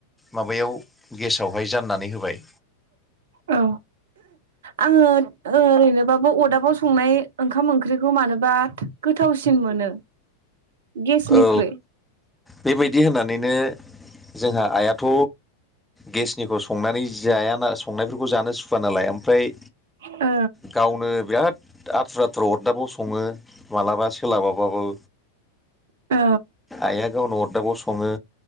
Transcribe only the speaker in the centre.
माबायाव गेसावहाय जाननानै होबाय।
औ बेबायदि होननानैनो जोंहा आइयाथ' गेसनिखौ संनानै जायाना संनायफोरखौ जानो सुखुवा नालाय आमफ्राय
गावनो बिराद आथुर आथुर अरदाबाव सङो मालाबा सोलाबाबाबो।
आइआ गावनो अरदाबाव सङो